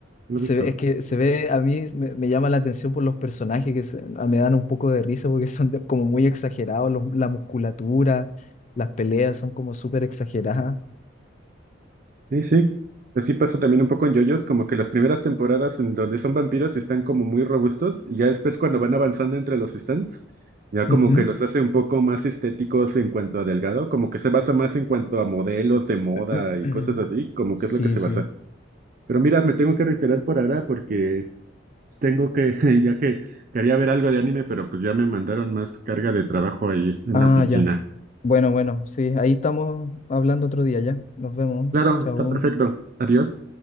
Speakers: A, on the right; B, on the left.
A: no
B: se,
A: lo he visto.
B: ve- es que se ve, a mí me, me llama la atención por los personajes que se- a- me dan un poco de risa porque <laughs> son de- como muy exagerados, los- la musculatura, las peleas son como súper exageradas.
A: Sí, sí. Así pasa también un poco en JoJo's, como que las primeras temporadas en donde son vampiros están como muy robustos y ya después cuando van avanzando entre los stands, ya como
B: Ujú.
A: que los hace un poco más estéticos en cuanto a delgado, como que se basa más en cuanto a modelos de moda
B: <clears throat>
A: y cosas así, como que
B: Sí,
A: es lo que se basa.
B: sí.
A: Pero mira, me tengo que reiterar por ahora porque tengo que, <laughs> ya que quería ver algo de anime, pero pues ya me mandaron más carga de trabajo ahí en
B: Ah,
A: la oficina.
B: ya. Bueno, bueno, sí, ahí estamos hablando otro día ya. Nos vemos.
A: Claro,
B: Chao.
A: está perfecto. Adiós.